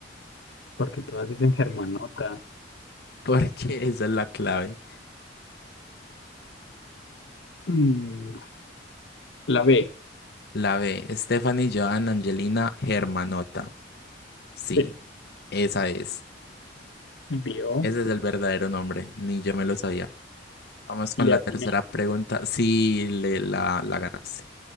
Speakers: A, on the left; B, on the left.
A: porque todas dicen Germanota.
B: porque <laughs> esa es la clave.
A: Mm, la B.
B: La B, Stephanie Joan Angelina Germanota. Sí,
A: Sí.
B: esa es.
A: Vio.
B: Ese es el verdadero nombre, ni yo me lo sabía. Vamos con
A: Le
B: la
A: atiné.
B: tercera pregunta. Sí, le, la, la ganaste.